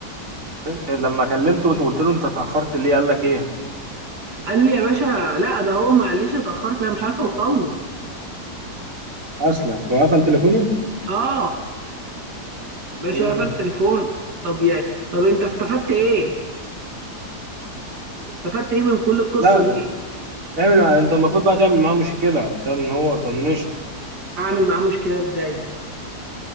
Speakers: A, on the right (about 55°); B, on the right (about 85°).
A: إيه؟ لما كلمته وقلت له انت اتأخرت ليه قال لك ايه
B: قال لي يا باشا لا ده هو ما قاليش اتاخرت انا مش عارف اوصل له
A: اصلا هو قفل تليفونه
B: اه باشا
A: امم
B: قفل تليفونه طب يا طب انت استفدت ايه استفدت ايه من كل القصه
A: لا
B: دي
A: تعمل مع... انت المفروض بقى تعمل معاه مشكلة بسبب ان هو طنشها
B: اعمل معاه مشكله ازاي